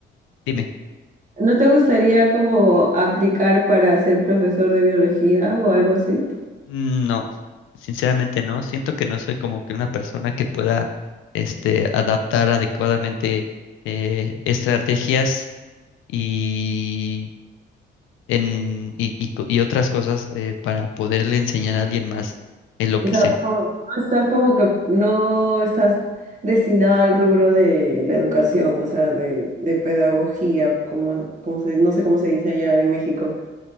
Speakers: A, on the left; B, on the right.
A: dime.
B: ¿No te gustaría como aplicar para ser profesor de biología o algo así?
A: Mm, No, sinceramente no. Siento que no soy como que una persona que pueda este, adaptar adecuadamente eh, estrategias y, en, y, y co- y otras cosas eh, para poderle enseñar a alguien más en lo
B: O
A: que
B: sea,
A: sé.
B: como- no estás como que no estás destinado al rubro de la educación, o sea, de, de pedagogía, como, como se, no sé cómo se dice allá en México.